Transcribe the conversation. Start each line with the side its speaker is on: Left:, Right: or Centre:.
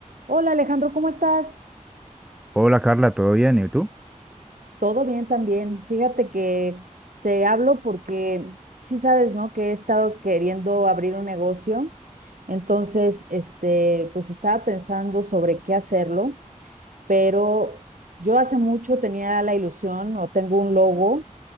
Right: Hola Alejandro, ¿cómo estás?
Centre: Hola Carla, ¿todo bien? ¿Y tú?
Right: Todo bien también. Fíjate que te hablo porque sí sabes, ¿no? Que he estado queriendo abrir un negocio. Entonces, este, pues estaba pensando sobre qué hacerlo, pero yo hace mucho tenía la ilusión o tengo un logo